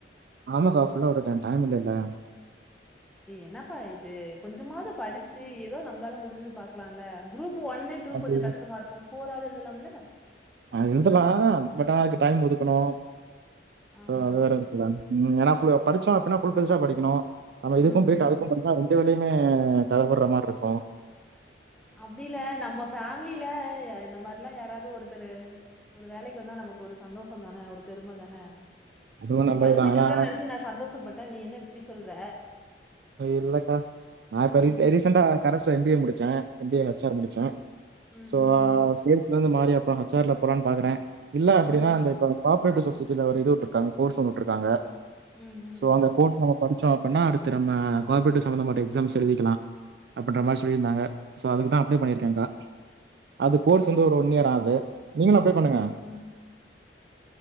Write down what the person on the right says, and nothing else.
ஆமாக்கா ஃபுல்லா உட்டுட டைம் இல்லல்ல
அது
அஹ், எழுதலாம் பட் அதுக்கு டைம் ஒதுக்கணும்
அது வேற இருக்குல ஏன்னா படிச்சோ அப்டின்னா ஃபுல் ஃபிளட்ஜெட்டா படிக்குன்னு நம்ம இதுக்கும்போயீட்டு
அதுக்கும் படிக்குனு ரெண்டு வேலயையு மே தடபடுற மாரி இருக்கு
அதுவும்
நல்லதுதான்
ஏன்னா
இல்லக்கா நான் இப்ப
ரீசன்டா கரஸ் ல எம்பிஏ முடிச் ச M B A H R முடிச்சே
சோ
சேல்ஸ் மேன் இருந்து மாறி அப் ஹச் ஆர் ல போலான்னு பாக்ற இல்ல அப்டின்னா
அந்த ஆ இப்ப <unintelligible> சொசைட்டில ஒரு இது உட் ருக்காங்க கோர்ஸ் ஒண்ணு உட்ருக்காங்க
சோ அந்த கோர்ஸ் நம்ம படிச்சோம் இப்பனா அடுத்து நம்ம கோ ஆப்ரேட்டிவ் சம்பந்தப்பட்ட எக்ஸாம்ஸ் எழுதிக்கலா அப்பின்ற மாதிரி சொல்லியிருந்தாங்க சோ அதுக்குதான் அப்ளை பண்ணியிருக்காங்க அது கோர்ஸ் கோர்ஸ் வந்து ஒன் இயர் ஆகுது நீங்களு அப்லே பண்ணுங்க